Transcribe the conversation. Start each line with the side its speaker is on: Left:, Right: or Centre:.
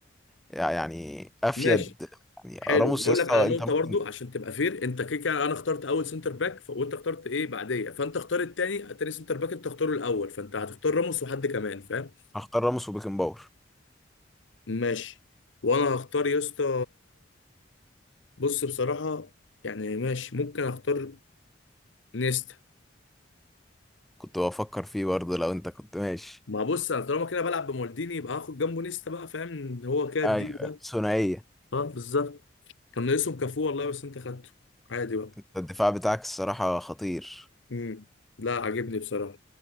Centre: يعني افيد
Left: ماشي
Centre: يعني
Left: حلو
Centre: راموس
Left: بقول
Centre: يا اسطى
Left: لك على نقطه
Centre: انت ممكن
Left: برضو عشان تبقى فير انت كده كده انا اخترت اول سنتر باك ف... وانت اخترت ايه بعديه فانت اختار التاني التاني سنتر باك انت اختاره الاول فانت هتختار راموس وحد كمان فاهم
Centre: هختار راموس وبيكن باور
Left: ماشي وانا هختار يا اسطى بص بصراحه يعني ماشي ممكن اختار نيستا
Centre: كنت بفكر فيه برضه لو انت كنت ماشي
Left: ما بص انا طالما كده بلعب بمالديني يبقى هاخد جنبه نيستا بقى فاهم هو كده الديو
Centre: ايوه أيوة.
Left: ده
Centre: ثنائيه
Left: اه بالظبط كان ناقصهم كافو والله بس انت خدته عادي بقى
Centre: انت الدفاع بتاعك الصراحه خطير
Left: امم لا عجبني بصراحه